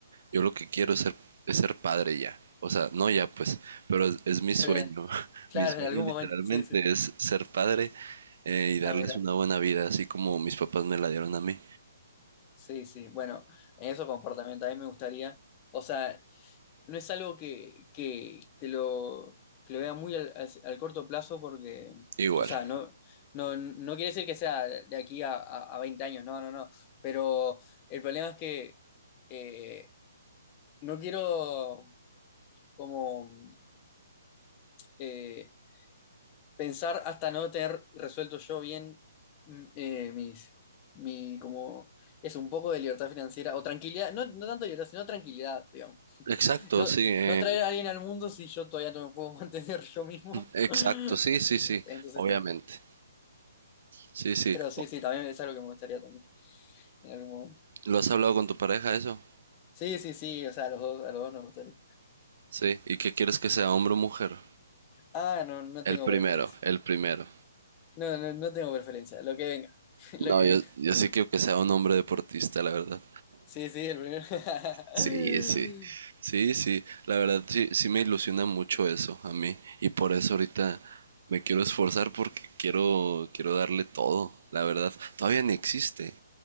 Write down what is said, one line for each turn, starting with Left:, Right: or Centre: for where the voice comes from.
Right: Yo lo que quiero es ser, es ser padre ya. O sea, no ya pues, pero es, es mi sueño.
Left: Pero, eh,
Right: <laughs>
Left: claro,
Right: Mi sueño
Left: en algún
Right: literalmente
Left: momento. Sí, sí.
Right: es ser padre eh, y darles
Left: Ah, mira.
Right: una buena vida, así como mis papás me la dieron a mí.
Left: Sí, sí. Bueno, en eso comportamiento a mí me gustaría. O sea, no es algo que, que, que lo, que lo vea muy al, al- al corto plazo porque.
Right: Igual.
Left: O sea, no, no, no quiere decir que sea de aquí a, a, a 20 años, no, no, no. Pero el problema es que. eh, No quiero como eh, pensar hasta no tener resuelto yo bien mm, eh, mis, mi como es un poco de libertad financiera o tranquilidad, no, no tanto libertad, sino tranquilidad, digamos.
Right: Exacto,
Left: No,
Right: sí, eh,
Left: no traer a alguien al mundo si yo todavía no me puedo <laughs> mantener yo mismo.
Right: exacto,
Left: <laughs>
Right: sí, sí, sí,
Left: Entonces
Right: obviamente.
Left: está.
Right: Sí, sí.
Left: Pero sí,
Right: O-
Left: sí, también es algo que me gustaría también en algún momento.
Right: ¿Lo has hablado con tu pareja eso?
Left: Sí, sí, sí, o sea, a los dos, a los dos nos gustaría.
Right: Sí. ¿Y qué quieres que sea, hombre o mujer?
Left: Ah, no, no
Right: El
Left: tengo
Right: primero,
Left: preferencia.
Right: el primero.
Left: No, no, no tengo preferencia. Lo que venga. <laughs>
Right: No,
Left: Lo que
Right: yo, yo
Left: venga.
Right: sí quiero que sea un hombre deportista, la verdad.
Left: Sí, sí, el primero. <laughs>
Right: Sí, sí. Sí, sí. La verdad, sí, sí me ilusiona mucho eso a mí. Y por eso ahorita me quiero esforzar porque quiero, quiero darle todo, la verdad. Todavía ni existe,